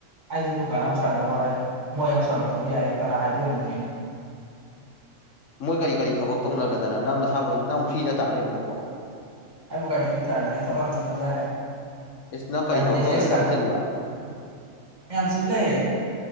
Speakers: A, on the right; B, on the left.
A: ꯑꯩꯁꯦ ꯗꯨ ꯔ ꯑꯃ ꯁꯪꯉꯔꯣꯏ ꯃꯣꯏ ꯑꯃ ꯁꯪꯉꯛꯇꯕ ꯌꯥꯏ ꯀꯅꯥ ꯍꯥꯏꯕꯤꯔꯝꯃꯅꯦ
B: ꯃꯣꯏ ꯀꯔꯤ ꯀꯔꯤ ꯊꯕꯛ ꯇꯧꯅꯔꯗꯅ ꯅꯪ ꯅꯁꯥꯕꯨ ꯅꯪ ꯐ꯭ꯔꯤꯗ ꯇꯥ ꯂꯩꯦꯕ ꯅꯪꯕꯣ
A: ꯑꯩꯕꯨ ꯀꯥꯏ ꯐꯤ ꯇꯔ ꯑꯩ ꯊ ꯀꯟ ꯆ ꯃꯖꯥ
B: ꯏꯁ ꯅꯪ ꯀꯔꯤ ꯊꯕꯛ
A: ꯁꯗꯦ
B: ꯇꯧꯗꯅ
A: ꯁ
B: ꯊꯕꯛ ꯆꯤꯜꯂꯤꯕ
A: ꯌꯥꯝ ꯆꯂ